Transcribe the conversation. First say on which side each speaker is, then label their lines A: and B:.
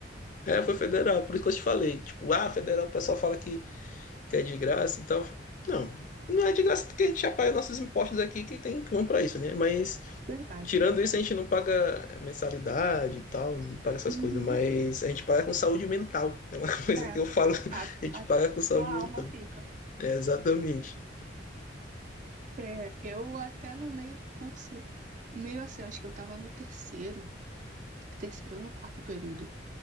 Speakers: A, on the left (about 45°); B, on the right (about 40°).
A: É, foi federal, por isso que eu te falei. Tipo, ah, federal, o pessoal fala que, que é de graça e tal. Não, não é de graça porque a gente já paga nossos impostos aqui que tem que vão para isso, né? Mas
B: Verdade,
A: Tirando
B: verdade.
A: isso, a gente não paga mensalidade e tal, não paga essas
B: Uhum,
A: coisas, mas a gente paga com saúde mental. É uma <laughs> coisa
B: é.
A: que eu falo, a
B: A,
A: gente
B: a
A: paga com saúde
B: tua
A: mental.
B: alma fica.
A: É, exatamente.
B: É, eu até no meio do curso meio assim, acho que eu tava no terceiro, terceiro ou no quarto período,